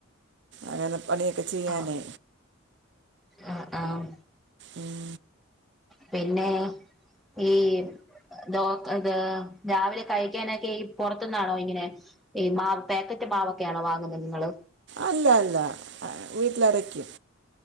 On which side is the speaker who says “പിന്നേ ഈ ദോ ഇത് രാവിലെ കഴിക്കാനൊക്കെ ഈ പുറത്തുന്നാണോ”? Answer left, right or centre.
Centre